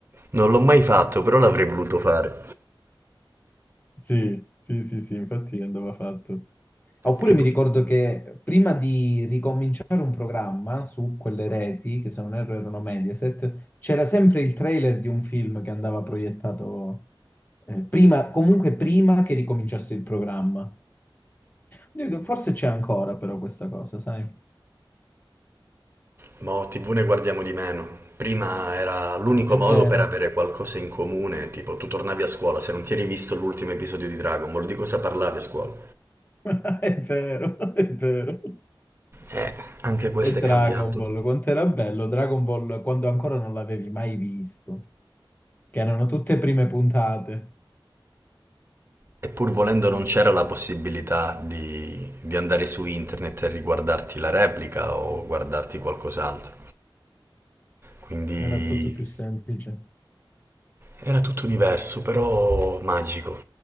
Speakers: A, on the right (about 25°); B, on the left (about 20°).
A: Non l'ho mai fatto, però l'avrei voluto fare.
B: Sì, sì, sì, sì, infatti andava fatto. Oppure
A: Che poi...
B: mi ricordo che prima di ricominciare un programma su quelle reti, che se non erro erano Mediaset, c'era sempre il trailer di un film che andava proiettato eh, prima, comunque prima che ricominciasse il programma. Dico, forse c'è ancora però questa cosa, sai?
A: Boh, TV ne guardiamo di meno. Prima era l'unico
B: È
A: modo
B: vero,
A: per avere qualcosa in comune, tipo tu tornavi a scuola se non ti eri visto l'ultimo episodio di Dragon Ball, di cosa parlavi a scuola?
B: <laughs> è vero, è vero.
A: Eh, anche questo
B: E Dragon
A: è cambiato.
B: Ball, quanto era bello Dragon Ball quando ancora non l'avevi mai visto, che erano tutte prime puntate,
A: E pur volendo non c'era la possibilità di, di andare su internet e riguardarti la replica o guardarti qualcos'altro. Quindi
B: era tutto più semplice.
A: era tutto diverso, però magico.